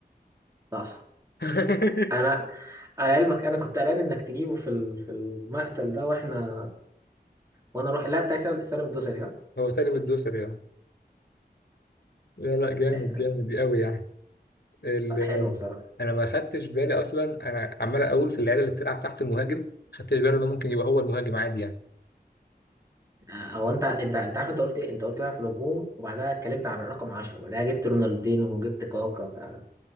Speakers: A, on the right; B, on the left.
A: صح
B: <laughs>
A: انا على علمك انا كنت قلقان انك تجيبه في ال- في المقتل ده واحنا وانا اروح اللاعب بتاع سلام سلام الدوسري ده
B: هو سالم الدوسري يعني لا لا جامد
A: يعني
B: جامد قوي يعني ال...
A: لا حلو بصراحه
B: انا ما خدتش بالي اصلا انا عمال اقول في اللعيبه اللي بتلعب تحت المهاجم ما خدتش بالي انه ممكن يبقى هو المهاجم عادي يعني
A: او انت انت انت عارف انت قلت ايه انت قلت بقى في الهجوم وبعدها اتكلمت عن الرقم 10 وبعدها جبت رونالدينو وجبت كاكا ف...